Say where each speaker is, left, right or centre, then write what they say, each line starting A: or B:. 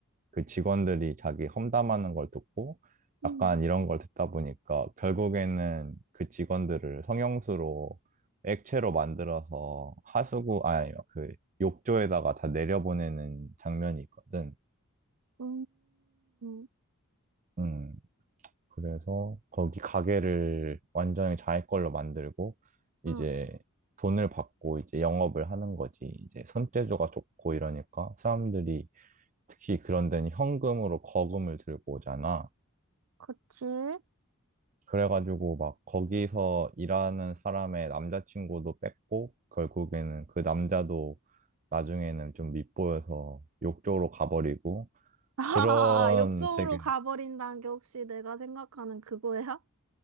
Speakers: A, on the right (about 35°); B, on the right (about 80°).
A: 그 직원들이 자기 험담하는 걸 듣고
B: 음,
A: 약간 이런 걸 듣다 보니까 결국에는 그 직원들을 성형수로 액체로 만들어서 하수구 아니 그 욕조에다가 다 내려보내는 장면이 있거든.
B: 음, 음,
A: 음. 그래서 거기 가게를 완전히 자기 걸로 만들고 이제
B: 음,
A: 돈을 받고 이제 영업을 하는 거지. 이제 손재주가 좋고 이러니까 사람들이 특히 그런 데는 현금으로 거금을 들고 오잖아.
B: 그치?
A: 그래가지고 막 거기서 일하는 사람의 남자친구도 뺏고 결국에는 그 남자도 나중에는 좀 밉보여서 욕조로 가버리고
B: 아,
A: 그런
B: 옆쪽으로
A: 되게
B: 가버린다는 게 혹시 내가 생각하는 그거야?